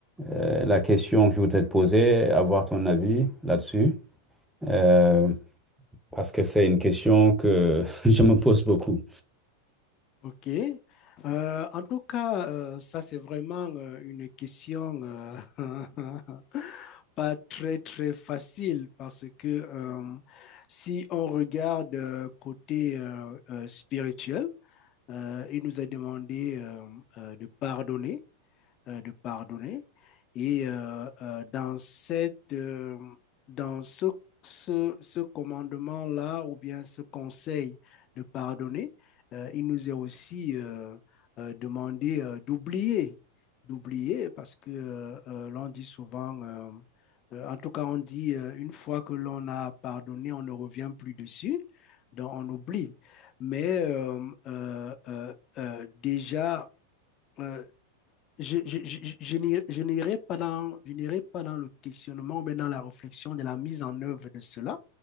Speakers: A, in the centre; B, on the left.
A: euh, la question que je voudrais te poser, avoir ton avis là-dessus euh, parce que c'est une question que <laughs> je me pose beaucoup.
B: OK. Euh, en tout cas, euh, ça, c'est vraiment euh, une question euh, <laughs> pas très, très facile parce que euh, si on regarde euh, côté euh, euh, spirituel, euh, il nous est demandé euh, euh, de pardonner euh, de pardonner. Et euh, euh, dans, cette, euh, dans ce, ce, ce commandement-là, ou bien ce conseil de pardonner, euh, il nous est aussi euh, euh, demandé euh, d'oublier, d'oublier, parce que euh, euh, l'on dit souvent euh, euh, en tout cas, on dit euh, une fois que l'on a pardonné, on ne revient plus dessus, donc on oublie. Mais euh, euh, euh, euh, déjà, euh, je, je, je, je n'irai je n'irai pas dans, je n'irai pas dans le questionnement, mais dans la réflexion de la mise en œuvre de cela,